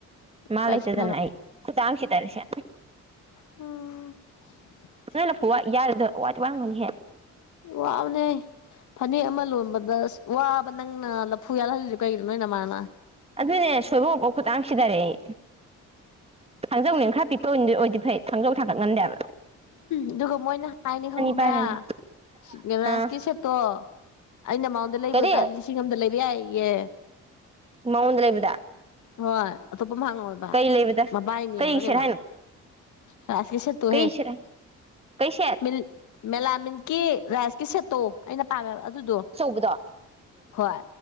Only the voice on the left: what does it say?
ꯀꯖꯤꯛꯅ
ꯑꯣ
ꯋꯥꯕꯅꯦ ꯐꯅꯦꯛ ꯑꯃ ꯂꯣꯟꯕꯗ ꯑꯁ ꯋꯥꯕ ꯅꯪꯅ ꯂꯐꯨ ꯌꯥꯜꯍꯜꯂꯤꯗꯣ ꯀꯩꯒꯤꯅꯣ ꯅꯣꯏ ꯅꯃꯥꯥꯥꯅ
ꯑꯗꯨꯒ ꯃꯣꯏꯅ ꯍꯥꯏꯅꯤ ꯈꯪꯕ꯭ꯔꯥ
ꯁꯤ ꯔꯥꯏꯁꯀꯤ
ꯁꯦꯠꯇꯣ ꯑꯩꯅ ꯃꯥꯉꯣꯟꯗꯩ ꯂꯩꯕ
ꯑꯣꯏꯇꯥꯥꯔꯗꯤ ꯂꯤꯁꯤꯡ ꯑꯃꯝꯗ ꯂꯩꯕ ꯌꯥꯏꯌꯦ
ꯍꯣꯏ ꯑꯇꯣꯞꯄ ꯍꯪꯉꯣꯏꯕ
ꯃꯕꯥꯏꯅꯦꯕ꯭ꯔ
ꯀꯩꯅꯣ
ꯔꯥꯁꯀꯤꯁꯦꯠꯇꯨ
ꯍꯦ
ꯃꯤ ꯃꯦꯂꯥꯃꯤꯟꯀꯤ ꯔꯥꯏꯁꯀꯤ ꯁꯦꯠꯇꯣ ꯑꯩꯅ ꯄꯥꯝꯃꯦꯕ ꯑꯗꯨꯗꯣ
ꯍꯣꯏ